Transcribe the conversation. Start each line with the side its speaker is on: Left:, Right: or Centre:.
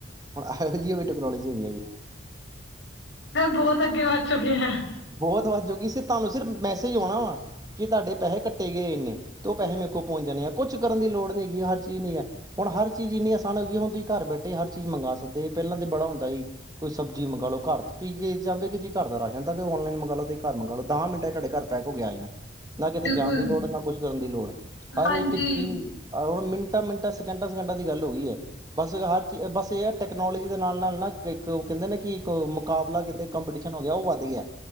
Right: ਹੁਣ ਇਹੋ ਜਹੀ ਵੀ ਟੈਕਨੋਲੋਜੀ ਹੈਗੀ ਹੈ ਜੀ।
Left: ਤੇ ਏ ਬਹੁਤ ਅੱਗੇ ਵੱਧ ਚੁੱਕੀ ਹੈ।
Right: ਬਹੁਤ ਵਾਦ ਚੂਕੀ ਸੀ ਤੁਹਾਨੂੰ ਸਿਰ ਮੈਸੇਜ ਆਉਣਾ ਵਾ ਕਿ ਤੁਹਾਡੇ ਪੈਸੇ ਕੱਟੇ ਕਟੇ ਗਏ ਇੰਨੇ ਤੇ ਉਹ ਪੈਸੇ ਮੇਰੇ ਕੋਲ ਪਹੁੰਚ ਜਾਣੇ ਆ ਕੁਛ ਕਰਨ ਦੀ ਲੋੜ ਨਹੀਂ ਹੈਗੀ ਹਰ ਚੀਜ਼ ਨੀ ਹੈ। ਹੁਣ ਹਰ ਚੀਜ਼ ਇੰਨੀ ਆਸਾਨ ਹੋ ਗਈ, ਹੁਣ ਤੁਸੀਂ ਘਰ ਬੈਠੇ ਹਰ ਚੀਜ਼ ਮੰਗਵਾ ਸਕਦੇ ਪਹਿਲਾਂ ਤੇ ਬੜਾ ਹੁੰਦਾ ਸੀ। ਕੋਈ ਸਬਜ਼ੀ ਮੰਗਵਾ ਲਓ ਘਰ ਤੁਸੀਂ ਇਹ ਚਾਹੁੰਦੇ ਕਿ ਤੁਸੀਂ ਘਰ ਦਾ ਰਾਸ਼ਨ ਓਨਲਾਈਨ ਮੰਗ ਲਓ ਤੁਸੀਂ ਘਰ ਮੰਗਾਲਓ ਦਹ ਮਿੰਟ ਚ ਤੁਹਾਡੇ ਘਰ ਪੈਕ ਹੋ ਕੇ ਆ ਯਾਨਾ। ਨਾ ਕਿਤੇ
Left: ਬਿਲਕੁਲ,
Right: ਜਾਣ ਦੀ ਲੋੜ ਨਾ ਕੁਛ ਕਰਨ ਦੀ ਲੋੜ ਹਰ
Left: ਹਾਂਜੀ
Right: ਇੱਕ ਚੀਜ਼ ਆਹ ਹੁਣ ਮਿੰਟਾਂ, ਮਿੰਟਾਂ ਸਕੈਂਟਾਂ, ਸਕੈਂਟਾਂ ਦੀ ਗੱਲ ਹੋ ਗਈ ਹੈ। ਬਸ ਹਰ ਚੀਜ਼ ਬਸ ਇਹ ਹੈ ਟੈਕਨੋਲੋਜੀ ਦੇ ਨਾਲ- ਨਾਲ ਨਾ ਇੱਕ ਉਹ ਕਹਿੰਦੇ ਨਾ ਕਿ ਇੱਕ ਮੁਕਾਬਲਾ ਕਹਿੰਦੇ ਕੰਪਟੀਸ਼ਨ ਹੋ ਗਿਆ ਉਹ ਵੱਧ ਗਿਆ।